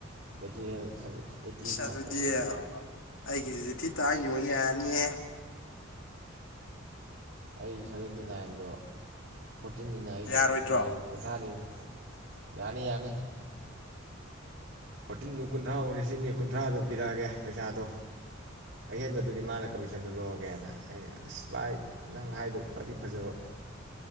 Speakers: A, on the right; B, on the left.
A: ꯕꯦꯇ꯭ꯔꯤ ꯍꯦꯜ <unintelligible>
B: ꯑꯁ
A: ꯐꯥꯏꯚꯇꯣ
B: ꯑꯗꯨꯗꯤ
A: ꯑꯗꯨ
B: ꯑꯩꯒꯤꯗꯨꯗꯤ ꯊꯤ ꯇꯥꯡ ꯌꯣꯟ ꯌꯥꯅꯤ ꯑꯦ꯫
A: ꯑꯩ ꯁꯚꯦꯟꯇꯤ ꯅꯥꯏꯟꯗꯣ ꯐꯣꯔꯇꯤꯟꯅꯤꯅ ꯑꯩꯗꯣ
B: ꯌꯥꯔꯣꯏꯗ꯭ꯔꯣ
A: ꯃꯥꯏ ꯀꯨꯟꯊ꯭ꯔꯥꯗꯤ ꯌꯥꯅꯤ ꯌꯥꯅꯤ꯫ ꯐꯣꯔꯇꯤꯟꯗꯨꯨ ꯀꯨꯟꯊ꯭ꯔꯥ ꯑꯣꯏꯔꯗꯤ ꯁꯤꯠꯅꯤ ꯀꯨꯟꯊ꯭ꯔꯥꯗꯨ ꯄꯤꯔꯛꯑꯒꯦ ꯄꯩꯁꯥꯗꯨ꯫ ꯑꯍꯦꯟꯕꯗꯨꯗꯤ ꯃꯥꯅ ꯀꯃꯤꯁꯟꯗꯨ ꯂꯧꯔꯒꯦꯅ ꯑꯩꯅ ꯑꯁ ꯚꯥꯏ ꯅꯪ ꯍꯥꯏꯗꯨ ꯐꯗꯤ ꯐꯖꯕ꯫